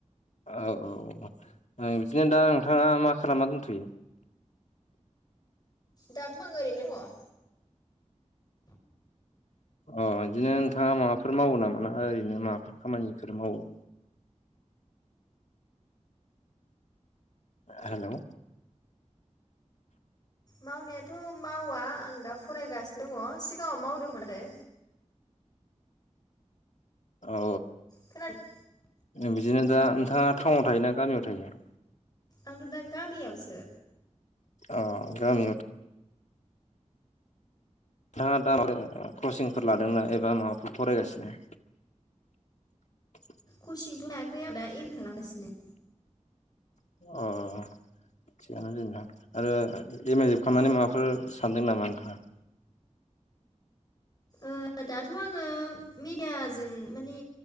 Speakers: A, on the left; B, on the left.
A: औ- औ बिदिनो दा नोंथांङा मा खालामना दंथ'यो।
B: दाथ' आंङो ओरैनो दंङ।
A: अ' बिदिनो नोंथांङा माबाफोर मावो नामा ना ओरैनो माबाफोर खामानिफोर मावो हेलौ।
B: मावनायाथ' मावा आं दा फरायगासिनो दङ सिगाङाव मावदोंमोन आरो।
A: औ
B: खोनादों
A: औ बिदिनो दा नोंथांङा टाउनाव थायोना गामियाव थायो।
B: आंथ' दा गामियावसो।
A: अ' गामियावनो नोंथाङा दा कचिंफोर लादोंना एबा माबाफोर फरायगासिनो <inaudible>
B: कचिंथ' लायाखै आं दा एम ए खालामगासिनो।
A: अ' थिगानो ज नोंथां आरो एम आइ जोब खालामनानै माबाफोर सानदों नामा नोंथाङा।
B: ओ दाथ' आङो मिडियाजों मानिे